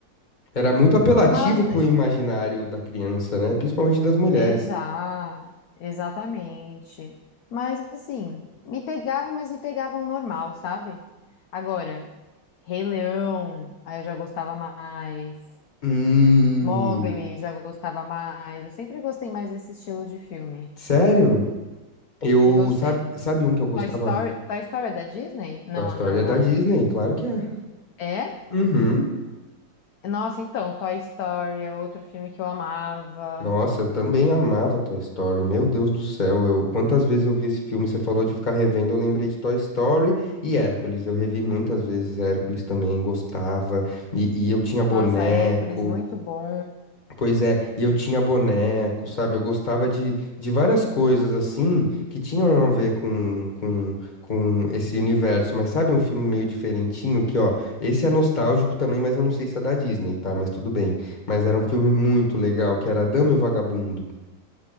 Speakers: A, on the left; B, on the left.
A: Era muito apelativo
B: Mas,
A: pro imaginário da criança, né? Principalmente das mulheres.
B: exa, exatamente. Mas, assim, me pegavam, mas me pegavam normal, sabe? Agora, Rei Leão, aí eu já gostava mais.
A: Hum.
B: Mowgli, já gostava mais. Eu sempre gostei mais desse estilo de filme.
A: Sério? Eu,
B: E você?
A: sabe, sabe um que eu gostava?
B: Toy Story,
A: mu-
B: Toy Story é da Disney? Não,
A: Toy Story
B: não,
A: é
B: não
A: da Disney,
B: é.
A: claro que é.
B: É?
A: Uhum.
B: Nossa, então, Toy Story é outro filme que eu amava.
A: Nossa, eu também amava Toy Story. Meu Deus do céu, eu quantas vezes eu vi esse filme? Você falou de ficar revendo, eu lembrei de Toy Story e Hércules. Eu revi muitas vezes Hércules também, gostava. E, e eu tinha boneco.
B: Nossa, Hércules, muito bom.
A: Pois é, e eu tinha boneco, sabe? Eu gostava de, de várias coisas assim que tinham a ver com, com, com esse universo. Mas sabe um filme meio diferentinho que, ó, esse é nostálgico também, mas eu não sei se é da Disney, tá? Mas tudo bem. Mas era um filme muito legal, que era A Dama e o Vagabundo.